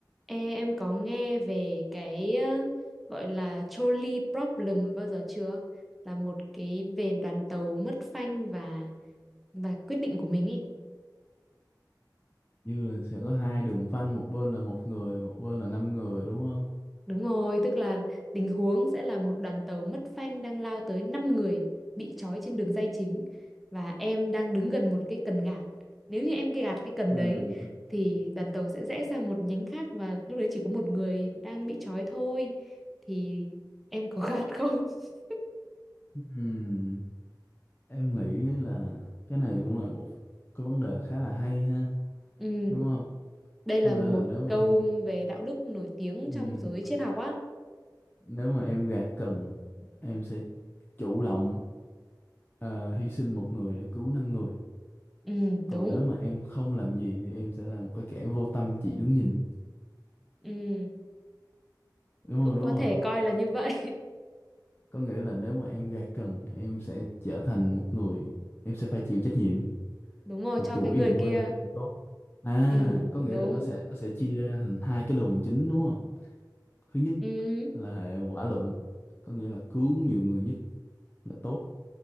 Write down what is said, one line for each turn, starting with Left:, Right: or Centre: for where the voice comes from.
Centre: Ê, em có nghe về cái ờ, gọi là trolley problem bao giờ chưa? Là một cái về đoàn tàu mất phanh và và quyết định của mình ý.
Left: như là sẽ có hai đường phanh một bên là một người một bên là năm người đúng không
Centre: Đúng rồi, tức là tình huống sẽ là một đoàn tàu mất phanh đang lao tới 5 người bị trói trên đường ray chính và em đang đứng gần một cái cần gạt. Nếu như em cái gạt cái cần
Left: Ừm,
Centre: đấy thì đoàn tàu sẽ rẽ sang một nhánh khác và lúc đấy chỉ có một người đang bị trói thôi. Thì em có gạt không? <laughs>
Left: ừm, em nghĩ là cái này cũng là một cái vấn đề khá là hay ha
Centre: Ừ.
Left: đúng không
Centre: Đây
Left: có
Centre: là
Left: nghĩa
Centre: một
Left: là nếu mà
Centre: câu
Left: em
Centre: về đạo đức nổi tiếng trong
Left: ừm,
Centre: giới triết học á.
Left: nếu mà em gạt cần em sẽ chủ động ờ, hy sinh một người để cứu năm người
Centre: Ừ, đúng.
Left: còn nếu mà em không làm gì thì em sẽ là một cái kẻ vô tâm chỉ đứng nhìn
Centre: Ừ,
Left: đúng
Centre: cũng
Left: không đúng
Centre: có thể
Left: không
Centre: coi là như vậy.
Left: có nghĩa là nếu mà em gạt cần em sẽ trở thành một người em sẽ phải chịu trách nhiệm
Centre: <laughs> Đúng rồi,
Left: mặc
Centre: cho
Left: dù
Centre: cái
Left: ý
Centre: người
Left: định
Centre: kia.
Left: của em là ý định tốt à
Centre: Ừ,
Left: có
Centre: đúng.
Left: nghĩa là nó sẽ nó sẽ chia ra thành hai cái luồng chính đúng không thứ nhất
Centre: Ừ,
Left: là hệ quả luận có nghĩa là cứu nhiều người nhất là tốt